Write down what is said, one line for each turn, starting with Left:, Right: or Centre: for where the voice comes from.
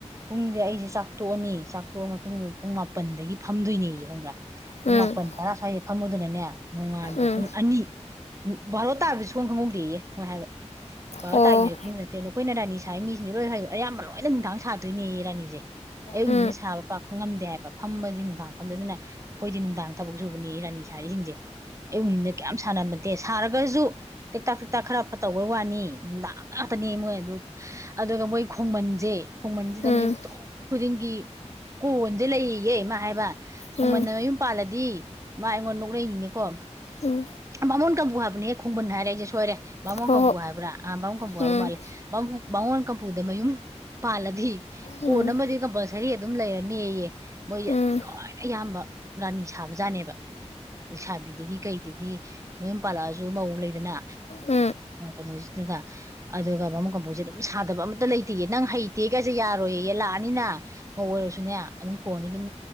Right: ꯄꯨꯡꯁꯦ ꯑꯩꯁꯦ ꯆꯥꯛꯇꯣꯛꯑꯅꯤ ꯆꯥꯛꯇꯣꯛꯑ ꯃꯇꯨꯡꯗ ꯄꯨꯡ ꯃꯥꯄꯟꯗꯒꯤ ꯐꯝꯗꯣꯏꯅꯦꯌꯦ ꯈꯪꯕ꯭ꯔꯥ ꯄꯨꯡ
Left: ꯎꯝ
Right: ꯃꯥꯄꯟ ꯇꯔꯥ ꯁ꯭ꯋꯥꯏꯗꯩ ꯐꯝꯕꯗꯨꯅꯅꯦ ꯅꯣꯡꯉꯥꯟꯕꯧ
Left: ꯎꯝ
Right: ꯄꯨꯡ ꯑꯅꯤ ꯃꯨ ꯚꯥꯔꯣ ꯇꯥꯕꯁꯦ ꯁꯨꯡꯈꯪ ꯈꯪꯍꯧꯗꯦꯌꯦ ꯃꯣꯏ ꯍꯥꯏꯕ ꯚꯥꯔꯣ
Left: ꯑꯣ
Right: ꯇꯥꯈꯤꯕꯁꯦ ꯈꯪꯕ ꯖꯥꯠ ꯅꯠꯇꯦ ꯑꯈꯣꯏꯅ ꯔꯥꯅꯤ ꯁꯥꯏ ꯃꯤꯁꯤꯅꯦ ꯂꯣꯏ ꯍꯥꯏꯑꫭ ꯑꯌꯥꯝꯕ ꯂꯣꯏꯅ ꯅꯨꯡꯗꯥꯡ ꯁꯥꯗꯣꯏꯅꯦ ꯔꯥꯅꯤꯁꯦ ꯑꯌꯨꯛꯅꯤꯅꯦ
Left: ꯎꯝ ꯎꯝ
Right: ꯁꯥꯕ ꯄꯥꯛꯄ ꯉꯝꯗꯦ ꯍꯥꯏꯕ ꯐꯝꯁꯦ ꯅꯨꯡꯗꯥꯡ ꯐꯝꯗ ꯑꯗꯨꯅ ꯑꯩꯈꯣꯏꯗꯤ ꯅꯨꯡꯗꯥꯡ ꯊꯕꯛ ꯁꯨꯕꯅꯤ ꯔꯥꯅꯤ ꯁꯥꯔꯤꯁꯤꯡꯁꯦ ꯑꯌꯨꯛ ꯅ ꯀꯌꯥꯝ ꯁꯥꯅꯗꯦ ꯁꯥꯔꯒꯁꯨ ꯇꯦꯛꯇꯥꯛ ꯇꯦꯛꯇꯥꯛ ꯈꯔ ꯐ ꯇꯧꯕꯩ ꯋꯥꯅꯤ ꯅꯨꯡꯗꯥꯡꯗ ꯉꯥꯛꯇꯅꯦ ꯃꯣꯏ ꯑꯗꯨ ꯑꯗꯨꯒ ꯃꯣꯏ ꯈꯣꯡꯃꯟꯁꯦ ꯈꯣꯡꯃꯟꯁꯤꯗꯅ
Left: ꯎꯝ
Right: ꯌꯨꯝꯊꯣꯡ
Left: ꯎꯝ
Right: ꯈꯨꯗꯤꯡꯒꯤ ꯀꯣꯟꯁꯦ ꯂꯩꯌꯦ ꯏꯃ ꯍꯥꯏꯕ
Left: ꯎꯝ
Right: ꯈꯨꯡꯃꯟꯅ ꯌꯨꯝ ꯄꯥꯜꯂꯗꯤ ꯗꯤ ꯃꯥ ꯑꯩꯉꯣꯟ ꯅꯣꯛꯂꯛꯅꯤꯅꯦꯀꯣ
Left: ꯎꯝ
Right: ꯃꯕꯥꯃꯣꯟ ꯀꯥꯡꯕꯨ ꯍꯥꯏꯕꯅꯦ ꯍꯦꯛ ꯈꯣꯡꯕꯟ ꯍꯥꯏꯔ ꯑꯩꯁꯦ ꯁꯣꯏꯔꯦ ꯕꯥꯃꯣꯟ
Left: ꯍꯣ
Right: ꯀꯝꯄꯨ ꯍꯥꯏꯕ꯭ꯔꯥ ꯑꯥ ꯕꯥꯃꯨꯡ ꯀꯝꯄꯨ
Left: ꯍꯣ
Right: ꯍꯥꯏꯕ
Left: ꯎꯝ
Right: ꯃꯥꯂꯦꯨꯡꯣꯟ ꯄꯗꯃꯌꯨꯝ ꯄꯥꯜꯂꯗꯤ
Left: ꯎꯝ
Right: ꯀꯣꯟ ꯑꯃꯗꯤ ꯀꯝꯄꯜꯁꯔꯤ ꯑꯗꯨꯝ ꯂꯩꯔꯅꯦꯌꯦ ꯃꯣꯏꯁꯦ
Left: ꯎꯝ
Right: ꯂꯣꯏꯅ ꯑꯌꯥꯝꯕ ꯔꯥꯅꯤ ꯁꯥꯕ ꯖꯥꯠꯅꯦꯕ ꯂꯩ ꯁꯥꯕꯤꯗꯒꯤ ꯀꯩꯗꯒꯤ ꯃꯌꯨꯝ ꯄꯥꯜꯂꯛꯑꯁꯨ ꯃꯧ ꯂꯩꯗꯅ
Left: ꯎꯝ ꯎꯝ ꯎꯝ
Right: ꯀꯩꯅꯣꯁꯤꯗꯅ ꯑꯗꯨꯒ ꯃꯃꯨꯡ ꯀꯝꯄꯣꯁꯤꯠ ꯁꯥꯗꯕ ꯑꯃꯇ ꯂꯩꯇꯦꯌꯦ ꯅꯪ ꯍꯩ ꯦ ꯌꯥꯔꯣꯏꯌꯦꯌꯦ ꯂꯥꯛꯑꯅꯤꯅ ꯃ ꯑꯣꯏꯔꯁꯨꯅꯦ ꯑꯗꯨꯝ ꯀꯣꯟꯗꯤ ꯑꯗꯨꯝ